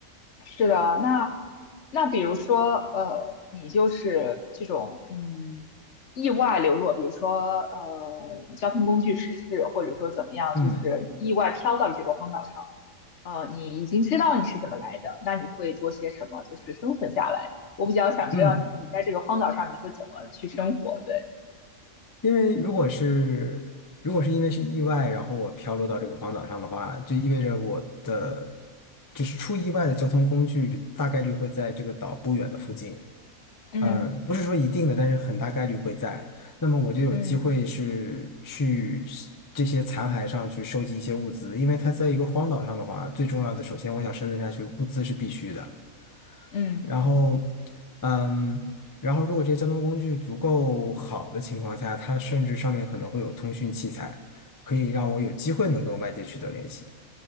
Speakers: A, on the left; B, on the left.
A: 是的，那那比如说，呃，你就是这种嗯意外流落，比如说呃交通工具失事，或者说怎么样，
B: 嗯
A: 就是你意外飘到了这个荒岛上，呃，你已经知道你是怎么来的，那你会做些什么，就是生存下来？我比较想知道你你在这个荒岛上你会怎么去生活？
B: 嗯，
A: 对，
B: 因为如果是如果是因为是意外，然后我飘落到这个荒岛上的话，就意味着我的就是出意外的交通工具大概率会在这个岛不远的附近。
A: 嗯
B: 嗯，不是说一定的，但是很大概率会在。那么我就有机会是去是这些残骸上去收集一些物资，
A: 嗯
B: 因为它在一个荒岛上的话，最重要的，首先我想生存下去，物资是必须的。
A: 嗯
B: 然后，嗯，然后如果这些交通工具足够好的情况下，它甚至上面可能会有通讯器材，可以让我有机会能跟外界取得联系。